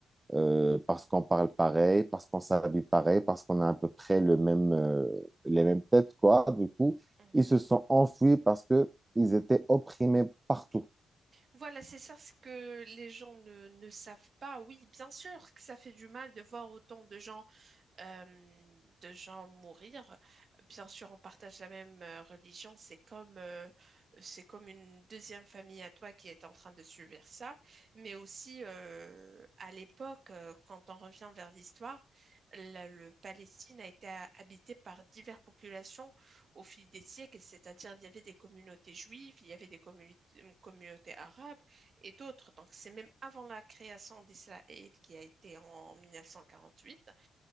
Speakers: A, on the right; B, on the right.
A: euh, parce qu'on parle pareil, parce qu'on s'habille pareil, parce qu'on a à peu près le même, euh, les mêmes têtes, quoi. Du coup,
B: mhm.
A: ils se sont enfuis parce que ils étaient opprimés partout.
B: Voilà, c'est ça ce que les gens ne, ne savent pas. Oui, bien sûr que ça fait du mal de voir autant de gens euh, de gens mourir. Bien sûr, on partage la même euh, religion, c'est comme, euh, c'est comme une deuxième famille à toi qui est en train de subir ça, mais aussi euh, à l'époque, euh, quand on revient vers l'histoire, la- le Palestine a été ha- habité par diverses populations au fil des siècles, c'est-à-dire il y avait des communautés juives, il y avait des communi- communautés arabes et d'autres. Donc c'est même avant la création d'Israël qui a été en 1948.